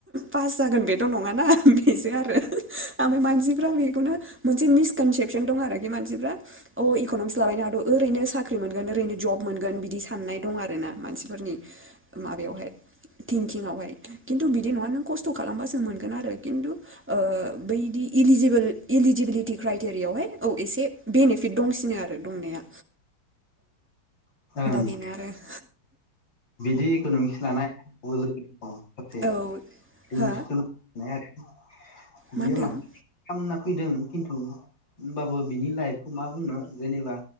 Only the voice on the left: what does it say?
ओं
बिदि इकनमिक्स लानाय आंनावबो लोगो
दं। <unintelligible>
<inaudible> बियोमा
<unintelligible> फैदों खिन्थु होमबाबो बिनि लाइफखौ मा बुंनो जेनेबा